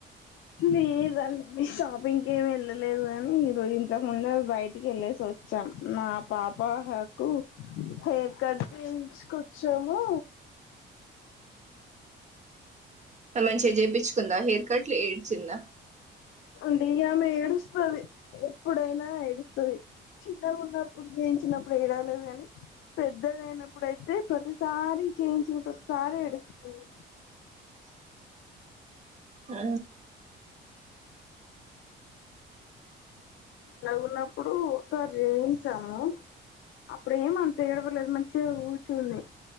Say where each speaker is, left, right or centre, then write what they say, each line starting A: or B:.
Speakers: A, on the left; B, on the right.
A: లేదండి షాపింగ్కి ఏమి వెళ్ళలేదు గానీ ఇగో ఇంతకుందు బయ ఇక వెళ్ళసి వచ్చాం నా పాపకు హెయిర్ కట్ చేయించుకొచ్చాము
B: మంచిగ చేపిచుకుందా హెయిర్ కట్ ఏడ్చిందా
A: ఉంది ఇగ ఆమె ఏడుస్తూ టుది ఎప్పుడైనా ఆ ఎడుస్తది చిన్నగ ఉన్నప్పుడు జేయించినప్పుడు ఏడవలేదు కాని పెద్దగ అయినప్పుడుయితే ప్రతిసార జేయించినప్పుడు ప్రతిసారి ఏడుతది
B: ఆ
A: చిన్నగున్నప్పుడు ఒకసారి జేయించాము అపుడే మన్ తేడవలేదు మంచిగ కూర్చుంది